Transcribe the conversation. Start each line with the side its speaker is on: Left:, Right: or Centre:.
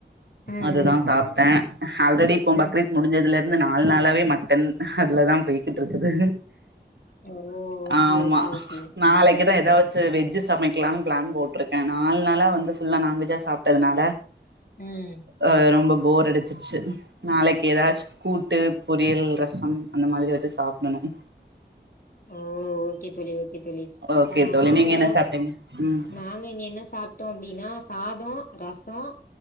Left: ம்
Right: அதுதான்
Left: ம்
Right: சாப்ட்டேன். ஆல்ரெடி இப்போ பக்ரீத்
Left: ம்
Right: முடிஞ்சதுல இருந்து நாலு நாளாவே மட்டன் அதுலதான் போயிட்டு இருக்குது.
Left: ஓ ஓகே
Right: ஆமா,
Left: ஓகே ஓகே
Right: நாளைக்குதான்
Left: ம்
Right: ஏதா செரி, வெஜ் சமைக்கலாம்னு ப்ளான் போட்ருக்கேன். நாலு நாளா வந்து ஃபுல்லா நான்வெஜ்ஜா சாப்ட்டதுனால?
Left: ம்
Right: ஆ ரொம்ப போர் அடிச்சிருச்சு. நாளைக்கு ஏதாச்சும் கூட்டு, பொரியல், ரசம் அந்த மாரி வச்சு சாப்டணும்.
Left: ஓ ஓகே தோழி, ஓகே தோழி
Right: ஓகே
Left: அ,
Right: தோழி
Left: நாங்க
Right: நீங்க என்ன சாப்ட்டீங்க ம்
Left: நாங்க இங்க என்ன சாப்ட் சாப்ட்டோம் அப்டின்னா சாதம் ரசம்